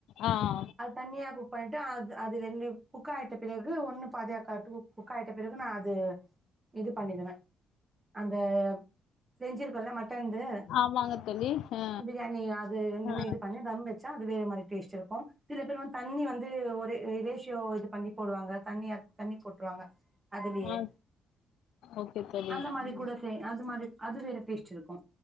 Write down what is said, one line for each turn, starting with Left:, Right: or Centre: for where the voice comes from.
Left: ஆ ஆ
Right: அது தனியா குக் பண்ணிட்டு அது அதுல ரெண்டி குக் ஆயிட்ட பிறகு ஒன்னு பாதியா கட்ங் குக்கயிட்ட பிறகு நான் அது இது பண்ணிர்வேன் அந்த செஞ்சிருக்கோல மட்டன்து
Left: ஆமாங்க தோழி ஆ
Right: பிரியாணி அது ரெண்டுமே
Left: ஆ
Right: இது பண்ணி தம் வச்சு ச்ச அது வேற மாறி டேஸ்ட் இருக்கு சில பேர் வந்து தண்ணி வந்து ஒரு இதே சோ இத பண்ணி போடுவாங்க தண்ணி அ தண்ணி போட்டுருவாங்க அதுலயே
Left: ஆ ஓகே தோழி
Right: அந்த மாரி
Left: ம்
Right: கூட செய் அது மாரி அது வேற டேஸ்ட் இருக்கு